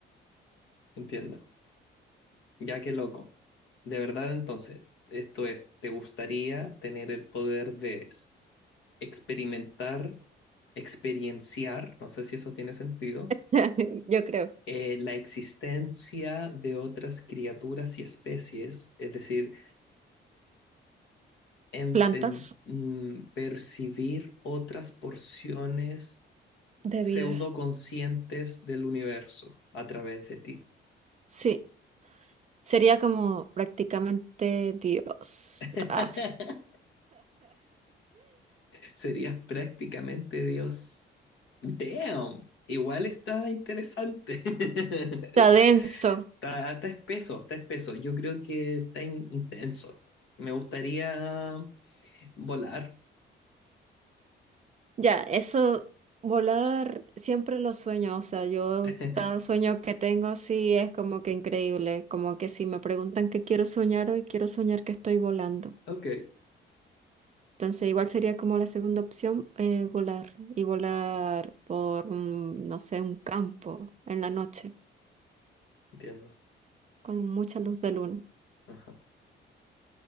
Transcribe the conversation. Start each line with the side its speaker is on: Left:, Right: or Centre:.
Left: Entiendo. Ya que loco. De verdad, entonces, esto es, ¿te gustaría tener el poder de s- experimentar, experienciar, no sé si eso tiene sentido,
Right: <laughs> yo creo.
Left: eh, la existencia de otras criaturas y especies, es decir, enten-
Right: Plantas
Left: mm, percibir otras porciones
Right: de
Left: pseudoconscientes
Right: vida.
Left: del universo a través de ti?
Right: Sí, sería como prácticamente Dios.
Left: <laughs>
Right: Ah,
Left: Serías prácticamente Dios. Damn, igual está interesante. <laughs>
Right: está denso.
Left: Está, está espeso, está espeso. Yo creo que está in- intenso. Me gustaría volar.
Right: Ya, eso, volar siempre lo sueño, o sea, yo
Left: <laughs>
Right: cada sueño que tengo así es como que increíble, como que si me preguntan qué quiero soñar hoy, quiero soñar que estoy volando.
Left: Ok,
Right: Entonces, igual sería como la segunda opción, eh, volar y volar por, un, no sé, un campo en la noche
Left: entiendo.
Right: con mucha luz de luna.
Left: Ajá,